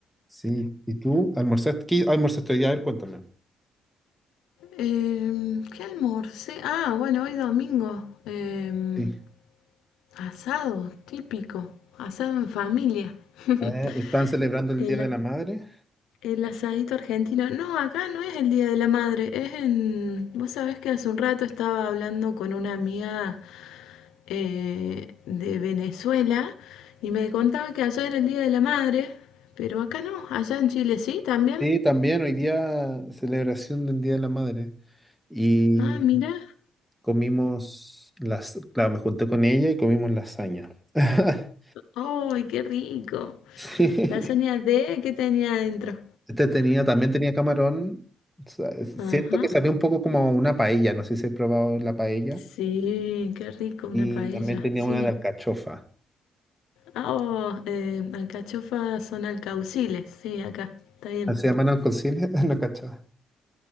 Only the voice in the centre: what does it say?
Sí, ¿y tú almorzaste? ¿Qué almorzaste hoy día? A ver, cuéntame.
Sí.
Eh, ¿Están celebrando el
Día de la Madre?
Sí, también hoy día celebración del Día de la Madre. Y
comimos las, claro, me junté con ella y comimos lasaña. <laughs>
Sí.
Este tenía, también tenía camarón. O sea, siento
que sabía un poco como a una paella, no sé si he probado la paella.
Y
también tenía
una de alcachofa.
¿Así llaman alcocines? <laughs> No, alcachofa.